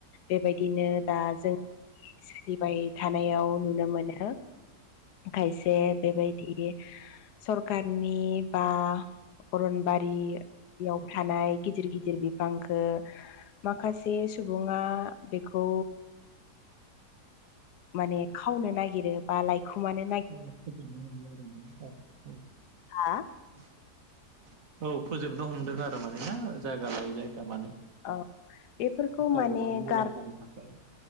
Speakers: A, on the left (about 75°); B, on the right (about 55°).
A: बेबायदिनो दा जों सोलिबाय थानायाव नुनो मोनो। खायसे बेबायदि सरखारारनि बा अरनबारियाव थानाय गिदिर गिदिर बिफांखो माखासे सुबुङा बेखौ माने खावनो नागिरो बा लाायखुमानो
B: <unintelligible>
A: औ
B: औ फोजोबनो हमदों आरो माने ना जायगा लायै जायगा माने
A: औ बेफोरखौ
B: गावबा
A: माने
B: गावनि मुलाम्फानि
A: गार
B: थाखाय।